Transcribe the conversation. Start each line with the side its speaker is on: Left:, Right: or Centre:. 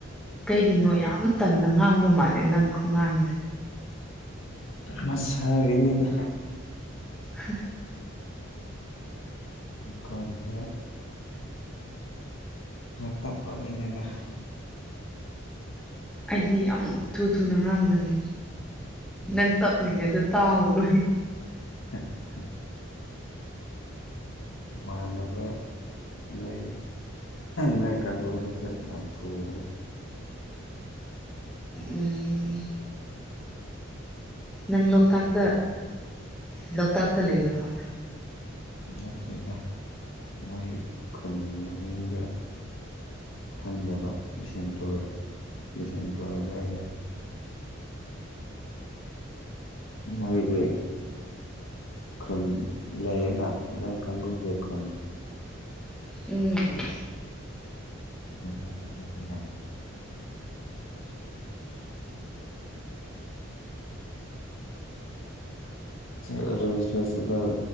Centre: ꯀꯩꯒꯤꯅꯣ ꯌꯥꯝ ꯇꯟꯅ ꯉꯥꯡꯕ ꯃꯥꯜꯂꯦ ꯅꯪ ꯈꯣꯡꯒꯥꯡꯁꯦ
Left: ꯃꯁꯒꯅꯤꯗꯥ
Centre: ꯍꯥ
Left: ꯀꯗ꯭ꯔ ꯍꯥ ꯇꯞꯄꯒꯅꯦꯗ
Centre: ꯑꯩꯗꯤ ꯌꯥꯝ ꯊꯨ ꯊꯨꯅ ꯉꯥꯡꯕꯅꯦ
Left: ꯎꯝ
Centre: ꯅꯪ ꯇꯞꯂꯤꯉꯩꯗ ꯇꯥꯎꯔꯣ
Left: <unintelligible> ꯃꯥꯟꯅꯕ ꯂꯩ ꯅꯣꯏ ꯀꯥꯡꯒꯨꯗꯁꯨ ꯌꯥꯝ ꯊꯨꯕꯅꯦ
Centre: ꯎꯝ ꯅꯪ ꯂꯣꯛꯇꯥꯛꯇ ꯂꯣꯛꯇꯥꯛꯇ ꯂꯩꯕ꯭ꯔꯕ
Left: ꯉꯠꯇꯗ ꯅꯣꯏ ꯈꯨꯗ ꯈꯪꯗꯕ ꯕꯤꯁꯦꯝꯄꯨꯔ ꯕꯤꯁꯦꯝꯄꯨꯔ ꯑꯗꯨꯋꯥꯏꯗ ꯑꯩꯒꯤ ꯈꯨꯟ ꯂꯩꯌꯦꯅ ꯂ ꯀꯥꯡꯕꯨꯨꯒꯤ ꯈꯨꯟ
Centre: ꯎꯝ
Left: ꯏꯥꯏꯅ ꯑꯣꯔꯦꯟꯖ ꯐꯦꯁꯇꯤꯚꯦꯜ